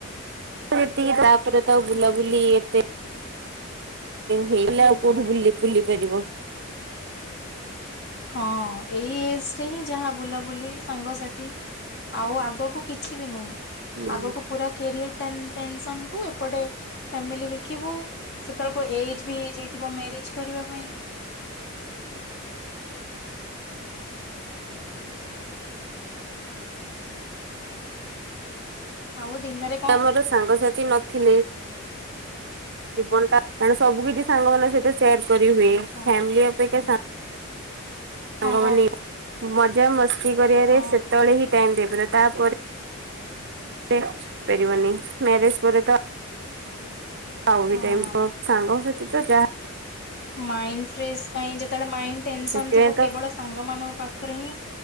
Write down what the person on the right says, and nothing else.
ଯେତିକି ତାପରେ ତ ବୁଲାବୁଲି ଏତେ ହେଇ ଆଉ କୋଉଠି ବୁ ବୁଲି ପାରିବ।
ହୁଁ
ତ ମର ସାଙ୍ଗସାଥି ନ ଥିଲେ ଜୀବନ ଟାଣ ସବୁ କିଛି ସାଙ୍ଗ ମଙ୍କ ସହିତ ସେୟାର କରିହୁୁଏ। ଫ୍ୟାମିଲି
ଆପେକ୍ଷା କେ
ସାଙ୍ଗ ମାନ ମଜାାମସ୍ତି କରିବାରେ
ସେତେବେଳେ ହିଁ ଟାଇ ଦେଇପାର ତାପରୋରିବନି ମ୍ୟାରେଜ ପରେ ପାଉ
ଟାଇମ ସଙ୍ଗା
ସେଥିପାଇଁ
ତ